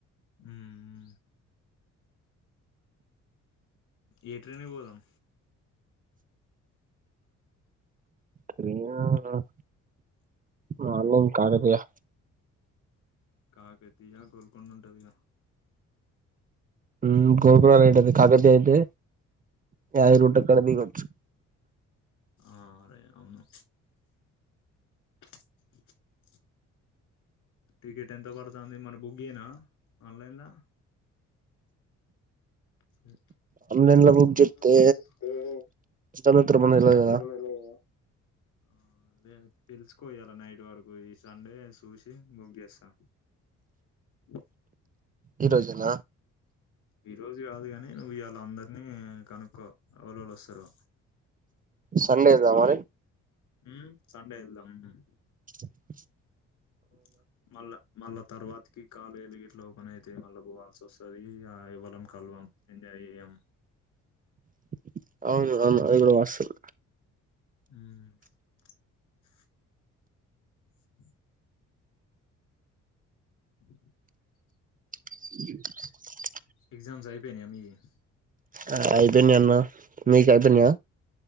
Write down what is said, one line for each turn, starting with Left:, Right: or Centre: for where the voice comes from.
Left: ఉమ్.. ఉమ్ ఏ ట్రైన్ కి పోదాం
Right: ప్రియా....... మ్... మాలుమ్ కడపియా
Left: కాకతీయ గోల్కొండుంటాది గా
Right: ఉమ్... గోకురల్ ఏంటది కాకతీయ అయితే.... యాద్ లో ఉంటది కాడదిగోచ్చు
Left: ఆరే ఔను <inaudible> టికెట్ ఎంత పడతాంది మల బుక్ చేయనా... ఆన్లైనలా సరే.....
Right: ఆన్లైన్ లో బుక్
Left: హలో...
Right: చేస్తే
Left: ఆ.. ఆ...
Right: మనం తెల్వదు
Left: సరే...
Right: కదా
Left: త్రిబుల్ రైడ్ పోదమా ఆ అదే తెలుసుకో ఇయాల నైట్ వరకు ఈ సండే సూసి బుక్ చేస్తా..... డ.. న్
Right: ఈ రోజేణ
Left: ఈ రోజు కాదు కాని నువుయాలా అందర్నీ కనుక్కో ఓల్లుల్లోస్తారో
Right: సండేదా మరి
Left: ఉమ్మ్... సండే వెళదామ్.. మ్..
Right: ష్.... ష్...
Left: ష్.... మళ్ళ మళ్ళా తరవత్ కి కాలేజ్ గిట్లా ఓపెన్ అయితే మళ్ళా పోవాలస్స్తోతది అ.. యా. ఇవాళ కలవం ఎంజాయ్ చేయ్యం
Right: డ్. డ్.. అవును అవును అది కూడా వాస్తవం
Left: ఉమ్.... ట్.. ష్.... ఈ..... స్.. స్ స్.. స్.. ఇ
Right: <inaudible>
Left: ఎగ్జామ్స్ అయిపోయిన్యా మీయ్యి ట్.. ల్
Right: ఆ.. అయిపోయ్నన్న... మీకు అయిపోయిన్య